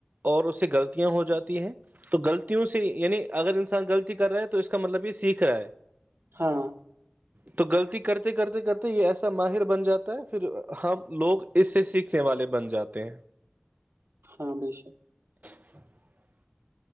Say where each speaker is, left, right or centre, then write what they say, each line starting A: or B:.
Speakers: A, on the right; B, on the right.
A: اور اس سے غلطیاں ہو جاتی ہیں تو غلطیوں سے یعنی اگر انسان غلطی کر رہا ہے تو اس کا مطلب یہ سیکھ رہا ہے
B: ہاں
A: تو غلطی کرتے کرتے کرتے یہ ایسا ماہر بن جاتا ہے پھر ہم لوگ اس سے سیکھنے والے بن جاتے ہیں
B: ہا بے شک
A: ہاں <inaudible>